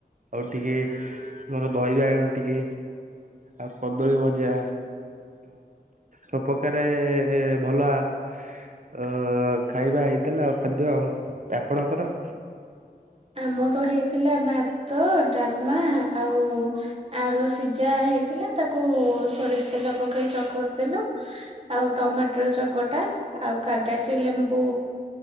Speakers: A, on the right; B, on the right.
A: ଆଉ ଟିକେ ମୋର ଦହି ବାଇଗଣ ଟିକେ ଆଉ କଦଳୀ ଭଜା। ସବୁ ପ୍ରକାରେ ଭଲ ଆ ଅ ଖାଇବା ହେଇଥିଲା ଆଉ ଖାଦ୍ୟ ଆଉ ଆପଣଙ୍କର?
B: ଆମର ହେଇଥିଲା ଭାତ ଡାଲମା ଆଉ ଆଳୁ ସିଝା ହେଇଥିଲା ତାକୁ ସୋରିଷ ତେଲ ପକେଇ ଚକଟି ଦେଲୁ। ଆଉ ଟମାଟୋ ଚକଟା ଆଉ କାଗଜି ଲେମ୍ବୁ